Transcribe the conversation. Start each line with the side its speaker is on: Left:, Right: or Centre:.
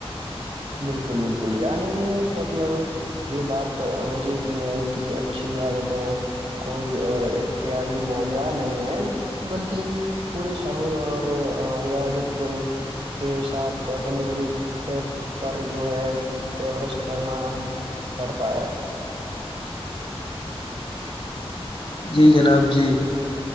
Right: بالکل بالکل یعنی مطلب یہ بات وجہ کی ہے کہ اچھی عادتیں کوئی احتیازی موجرہ نہیں ہے بلکہ پورے شعور اور ریاجت کے ساتھ بنی ولی پہ پر جو ہے پیورسٹ کرنا پڑتا ہے
Left: جی جناب جی